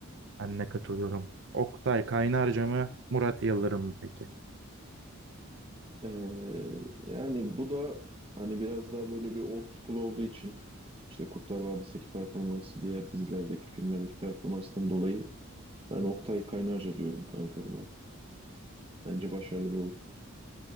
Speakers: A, on the right (about 60°); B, on the right (about 25°).
A: Ben de katılıyorum. Oktay Kaynarca mı Murat Yıldırım mı peki?
B: Ee, yani bu da hani biraz daha böyle bir old school olduğu için işte Kurtlar Vadisi'ndeki performansı diğer dizilerdeki filmlerdeki performanstan dolayı ben Oktay Kaynarca diyorum kanka buna. Bence başarılı bir oyun.